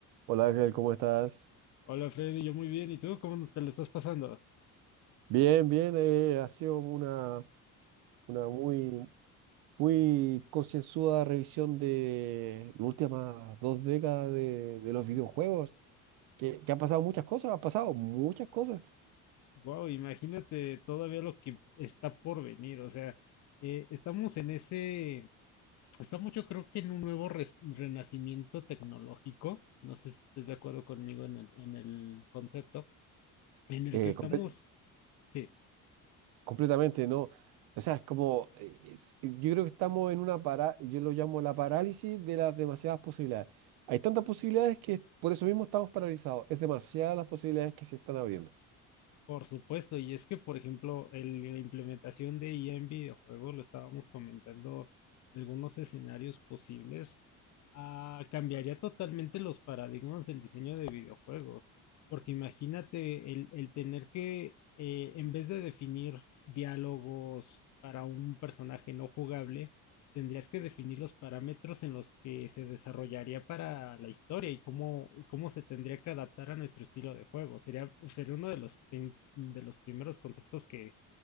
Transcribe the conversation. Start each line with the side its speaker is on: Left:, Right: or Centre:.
Right: Hola Axel, ¿cómo estás?
Left: Hola Freddy, yo muy bien. ¿Y tú cómo te lo estás pasando?
Right: Bien, bien, eh, ha sido una, una muy, muy concienzuda revisión de las últimas dos décadas de, de los videojuegos, que, que han pasado muchas cosas, han pasado muchas cosas,
Left: Wow, imagínate todavía lo que está por venir. O sea, eh, estamos en ese, estamos yo creo que en un nuevo res- renacimiento tecnológico. No sé si estés de acuerdo conmigo en el, en el concepto, en el
Right: eh,
Left: que estamos,
Right: comple-
Left: sí.
Right: completamente, ¿no? O sea, es como, eh, es- yo creo que estamos en una para, yo lo llamo la parálisis de las demasiadas posibilidades. Hay tantas posibilidades que por eso mismo estamos paralizados, es demasiadas las posibilidades que se están abriendo.
Left: Por supuesto, y es que, por ejemplo, el- la implementación de IA en videojuegos, lo estábamos comentando, algunos escenarios posibles, ah, cambiaría totalmente los paradigmas del diseño de videojuegos. Porque imagínate el, el tener que, eh, en vez de definir diálogos para un personaje no jugable, tendrías que definir los parámetros en los que se desarrollaría para la historia y cómo, y cómo se tendría que adaptar a nuestro estilo de juego. Sería, sería uno de los, prin- de los primeros conceptos que,